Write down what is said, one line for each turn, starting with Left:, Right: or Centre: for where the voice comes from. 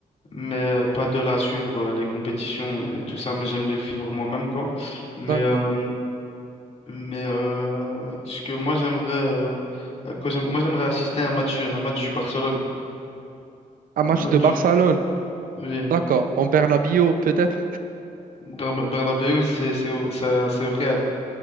Left: mais euh, pas de la suivre euh, les compétitions et tout ça. Moi, j'aime le vivre moi-même, quoi. Mais
Right: D'accord.
Left: euh, mais euh, ce que moi j'aimerais euh, euh, quand j'aime- moi j'aimerais assister à un match un match du Barcelone.
Right: Un match
Left: Un match
Right: de Barcelone,
Left: Oui,
Right: d'accord. En Bernabéu, peut-être.
Left: Berna- Bernabéu, c'est c'est au, ça- c'est au Real.